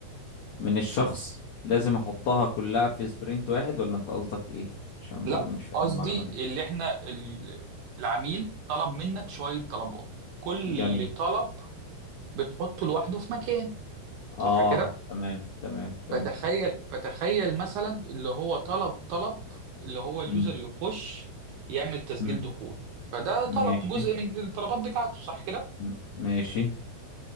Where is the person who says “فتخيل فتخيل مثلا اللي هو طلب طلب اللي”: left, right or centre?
Right